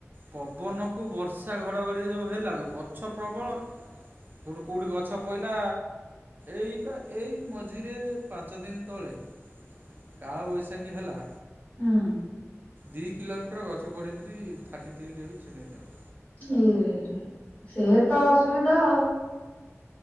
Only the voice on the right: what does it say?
ପବନକୁ ବର୍ଷା ଘଡ଼ଘଡ଼ି ଯେଉଁ ହେଲାଣି ଗଛ ପ୍ରବଳ। ସେଉଠୁ କେଉଁଠି ଗଛ ପଇଲା ଏଇ ବା ଏଇ ମଝିରେ ପାଞ୍ଚ ଦିନ ତଳେ କାଳବୈଶାଖୀ ହେଲା।
ଦୁଇ କିଲୋମିଟର ଗଛ ପଡ଼ିକିରି ଥାର୍ଟି ଥ୍ରୀ କେ ବି ଛିନେଇଦେଲା।